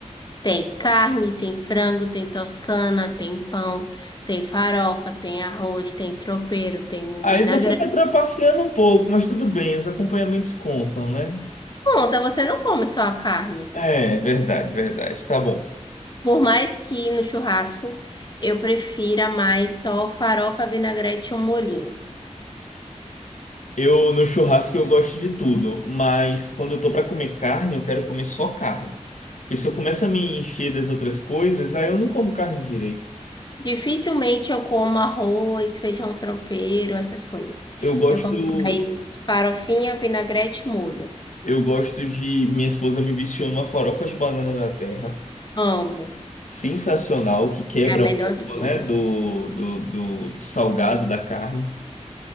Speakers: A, on the left (about 35°); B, on the left (about 85°).
A: Tem carne, tem frango, tem toscana, tem pão, tem farofa, tem arroz, tem tropeiro, tem
B: Aí
A: vinagrete.
B: você tá trapaceando um pouco, mas tudo bem, os acompanhamentos contam, né?
A: Conta, você não come só a carne.
B: É, verdade, verdade, tá bom.
A: Por mais que no churrasco eu prefira mais só farofa, vinagrete ou molhinho.
B: Eu no churrasco eu gosto de tudo, mas quando eu tô para comer carne, eu quero comer só carne. E se eu começo a me encher das outras coisas, aí eu não como carne direito.
A: Dificilmente eu como arroz, feijão tropeiro, essas coisas.
B: Eu gosto.
A: Eu como mais farofinha, vinagrete, e molho.
B: Eu gosto de. Minha esposa me viciou numa farofa de banana da terra.
A: Amo.
B: Sensacional, que quebra
A: É a melhor
B: um pouco,
A: de todas.
B: né? Do, do, do, do salgado da carne.